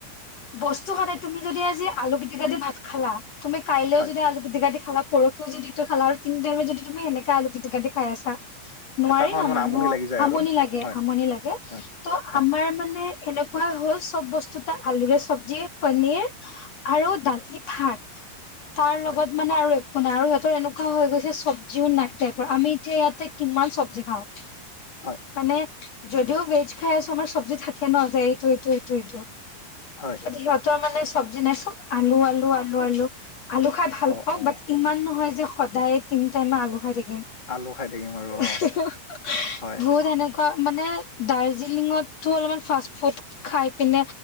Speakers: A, on the left (about 40°); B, on the left (about 20°).
A: বস্তু সদায় তুমি যদি আজি আলু পিটিকা দি ভাত খালা তুমি কাইলেও
B: হয়
A: যদি আলু দি খালা পৰখিও যদি তই খালা আৰু তিন টাইম যদি তুমি সেনেকে আলু পিটিকা দি খাই আছা। নোৱাৰি
B: এটা সময়ত
A: ন
B: মানে
A: মানুহৰ
B: আমনি লাগি যায়
A: আমনি
B: আৰু
A: লাগে,
B: হয়
A: আমনি লাগে। ত
B: হয় হয়
A: আমাৰ মানে এনেকুৱা হ'ল চব বস্তু তা আলুৰে চব্জি পনিৰ আৰু দালি
B: হয়
A: ভাত তাৰ
B: হয়
A: লগত মানে আৰু এক- শুনা আৰু সিহঁত এনেকুৱা হৈ গৈছে চব্জিও নাইক টাইপৰ আমি এতিয়া ইয়াতে কিমান চব্জি খাওঁ। <inaudible>
B: হয়।
A: মানে যদিও ভেজ খাই আছো আমাৰ চব্জি থাকে ন এইটো এইটো, এইটো, এইটো।
B: হয়
A: সিহঁতৰ মানে চব্জি নাই চব আলু, আলু, আলু, আলু, আলু খাই ভাল
B: অ
A: পাওঁ
B: অ
A: বাট ইমান নহয় যে সদায় তিনি টাইমে আলু খাই থাকিম।
B: আলু খাই থাকিম আৰু
A: <unintelligible>
B: অ হয়
A: বহুত এনেক- মানে দাৰ্জিলিঙতো অলপমান ফাষ্ট ফুড খাই পিনে